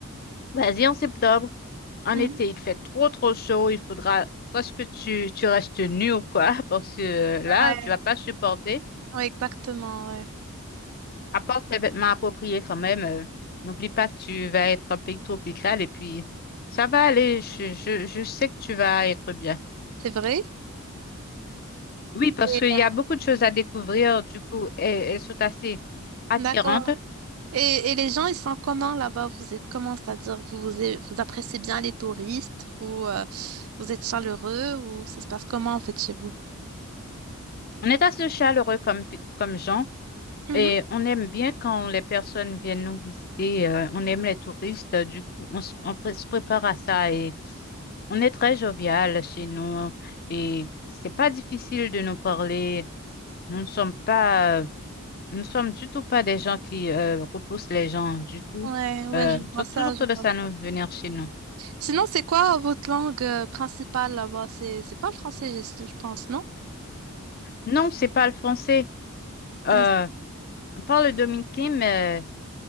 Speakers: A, on the left; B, on the right.
A: vas-y en septembre, en
B: Mhm.
A: été, il fait trop trop chaud, il faudra presque tu tu restes nu ou quoi <laughs> parce que euh, là,
B: Ouais,
A: tu vas pas supporter.
B: ouais, exactement, ouais.
A: Apporte tes vêtements appropriés quand même. euh, n'oublie pas que tu vas être un pays tropical et puis ça va aller. Je, je, je sais que tu vas être bien.
B: C'est vrai?
A: Oui, parce
B: Et,
A: qu'il
B: euh,
A: y a beaucoup de choses à découvrir. Du coup, elles, elles sont assez attirantes.
B: D'accord. Et, et les gens, ils sont comment là-bas? Vous êtes comment? C'est-à-dire, vous, vous a- vous appréciez bien les touristes? Vous, euh, vous êtes chaleureux? Ou ça se passe comment en fait chez vous?
A: On est assez chaleureux comme, p- comme gens
B: Mhm.
A: et on aime bien quand les personnes viennent nous visiter. euh, on aime les touristes. Du coup, on, s- on pré- se prépare à ça et on est très jovial chez nous et c'est pas difficile de nous parler. Nous ne sommes pas. euh, Nous ne sommes du tout pas des gens qui euh, repoussent les gens. Du coup,
B: Ouais, ouais,
A: euh,
B: je vois
A: ils ont
B: ça,
A: toujours tendance
B: je vois.
A: à nous venir chez nous.
B: Sinon, c'est quoi votre langue euh, principale là-bas? C'est, c'est pas le français, je, je pense, non?
A: Non, c'est pas le français. Euh,
B: Euh,
A: on parle le dominicain, mais